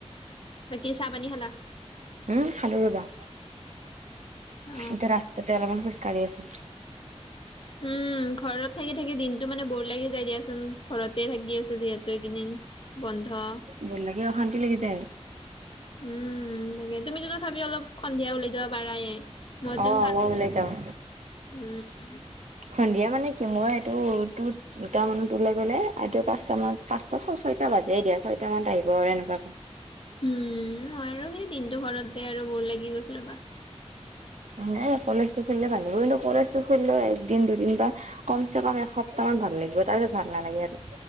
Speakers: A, on the left; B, on the right.
A: বাকি চাহ পানী খালা।
B: উম খালো ৰবা।
A: অ
B: এতিয়া ৰাস্তাতে অলপমান খোজকাঢ়ি আছো।
A: উম ঘৰত থাকি থাকি দিনটো মানে বৰ লাগি যায় দিয়াচোন ঘৰতে থাকি আছো যিহেতু এইকেইদিন। বন্ধ
B: বন লাকে অশান্তি লাগি যায়।
A: উম তাকে তুমি ত ত চাবি অলপ সন্ধিয়া উলাই যাব পাৰায়ে মই জোন
B: অ
A: ত
B: ওলাই যাওঁ
A: উম
B: সন্ধিয়া মানে কি মই এইটো তত- দুটাম মানত ওলাই গ'লে আদ পাঁচটা মানত পাঁচটা ছ ছয়টা বাজে দিয়া ছয়টা মানত আহিব আৰু এনেকুৱা,
A: উম, মই আৰু সেই দিনটো ঘৰতে আৰু বৰ লাগি গৈছে ৰ'বা।
B: নাই কলেজটো খুলিলে ভাল হ'ব কিন্তু কলেজটো খুলিলেও একদিন, দুদিন বা কমচেকম এসপ্তাহ মান ভাল লাগিব তাৰপিছত ভাল নালাগে আৰু।